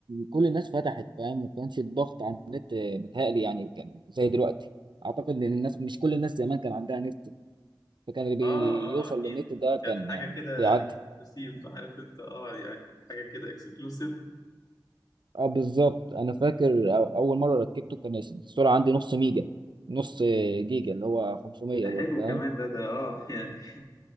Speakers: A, on the right; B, on the left.
A: كل الناس فتحت فاهم ما كانش الضغط على النت آه، متهيألي يعني كان زي دلوقتي اعتقد ان الناس مش كل الناس زمان كان عندها نت فكان اللي بيوصل
B: اه اه اكيد
A: للنت ده كان
B: كانت حاجه
A: آه،
B: كده
A: بيعدي
B: اكسكلوسيف عارف انت اه يعني حاجه كده اكسكلوسيف
A: اه بالظبط انا فاكر أو- اول مره ركبته كان السرعه عندي نص ميجا نص آه، جيجا اللي هو 500
B: ده حلو
A: دول فاهم
B: كمان ده ده اه <laughs> يعني